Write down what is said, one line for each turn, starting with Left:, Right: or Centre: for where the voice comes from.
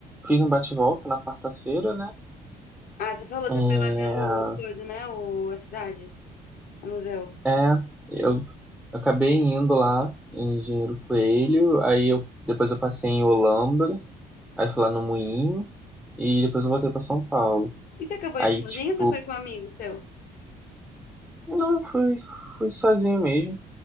Centre: fiz um bate-volta na quarta-feira, né?
Left: Ah, você falou,
Centre: É,
Left: você foi lá ver o coisa, né? O, a cidade, o museu.
Centre: é, eu acabei indo lá em Engenheiro Coelho, aí eu depois eu passei em Olambra, Aí fui lá no Moinho e depois eu voltei pra São Paulo.
Left: E você acabou
Centre: Aí,
Left: indo sozinho
Centre: tipo,
Left: ou você foi com um amigo seu?
Centre: não, fui, fui sozinho mesmo.